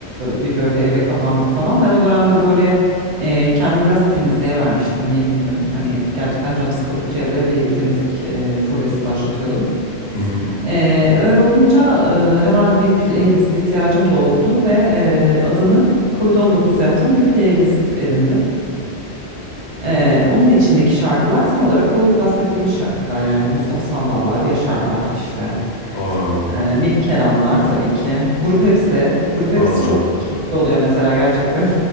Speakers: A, on the right (about 75°); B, on the left (about 80°).
A: bir böyle eve kapandık falan. Ben o dönemde böyle e, kendimi biraz temizliğe vermiştim. Niye bilmiyorum. Hani gerçekten canım sıkıldıkça evde bir temizlik e, furyası başlatıyordum.
B: Hı hı.
A: E, öyle olunca e, hemen bir playlist ihtiyacım da oldu ve e, adını Covid-19 yaptım. Bir playlist edindim. Ee, onun içindeki şarkılar tam olarak bu bahsettiğimiz şarkılar yani Mustafa Sandallar, Yaşarlar işte.
B: Aa,
A: Ee, Mir Kelamlar tabii ki. Grup Hepsi. Grup Hepsi
B: aa.
A: çok keyifli oluyor mesela gerçekten.